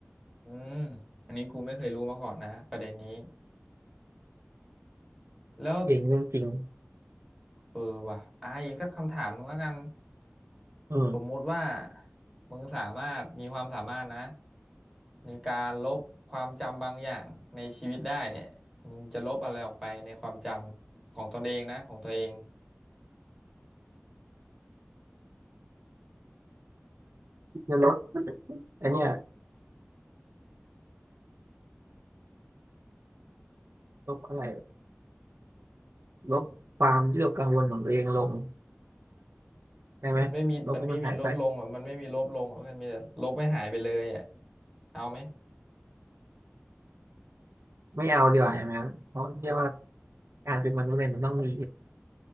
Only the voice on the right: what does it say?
เองเรื่องจริง
อืม
จะลดอนเนี้ยลบอะไรลบความวิตกกังวลของตัวเองลงได้ไหมลบให้มันหายไป
ไม่เอาดีกว่าอย่างนั้นเพราะเชื่อว่าการเป็นมนุษย์เนี่ยมันต้องมี